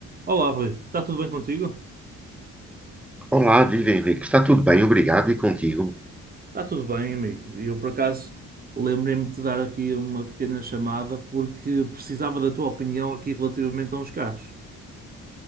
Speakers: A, on the right (about 30°); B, in the centre.
A: Olá, Rui. Está tudo bem contigo?
B: Olá, viva Henrique. Está tudo bem, obrigado. E contigo?
A: Está tudo bem, amigo. Eu, por acaso, lembrei-me de te dar aqui uma pequena chamada porque precisava da tua opinião aqui relativamente a uns carros.